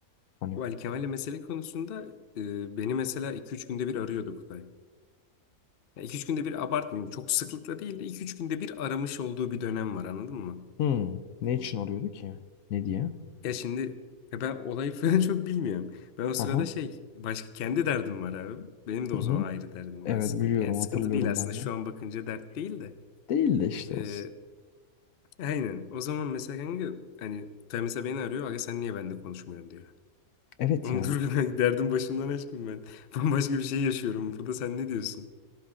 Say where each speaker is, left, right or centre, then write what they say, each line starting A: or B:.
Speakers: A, on the left; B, on the left.
A: Hani.
B: Bu Ali Kemal'le mesele konusunda e, beni mesela iki üç günde bir arıyordu Kutay. Yani 2-3 günde bir abartmayayım. Çok sıklıkla değil de iki üç günde bir aramış olduğu bir dönem var anladın mı?
A: Hı. Ne için arıyordu ki? Ne diye?
B: Ya şimdi ya ben olayı <laughs> falan çok bilmiyorum. Ben o
A: Aha,
B: sırada şey başka kendi derdim var abi. Benim de
A: Hı
B: o zaman
A: hı.
B: ayrı derdim
A: Evet
B: var sıkıntı.
A: biliyorum
B: Yani sıkıntı
A: hatırlıyorum
B: değil aslında
A: ben
B: şu
A: de.
B: an bakınca dert değil de.
A: Değil de işte
B: Ee,
A: olsun.
B: aynen o zaman mesela kanka hani Tay mesela beni arıyor. Aga sen niye benimle konuşmuyorsun diyor.
A: Evet
B: Oğlum
A: yani.
B: dur bir ben derdim başımdan aşkım ben. <laughs> Bambaşka bir şey yaşıyorum burada sen ne diyorsun?